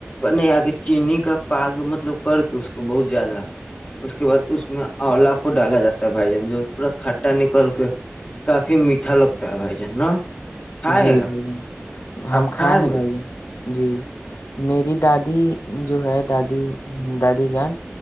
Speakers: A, on the left; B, on the left.
A: نہیں آ کے چینی کا پاگ مطلب کر کے اس کو بہت زیادہ اس کے بعد اس میں آلا کو ڈالا جاتا ہے بھائی جان جو پورا کھٹا نکل کے کافی میٹھا لگتا ہے بھائی جان نا کھائے
B: جی
A: آپ
B: بھائی ج ہم
A: آپ
B: کھائے
A: ہوئے
B: ہیں بھائی جن جی میری دادی جو ہے دادی ہ دادی جان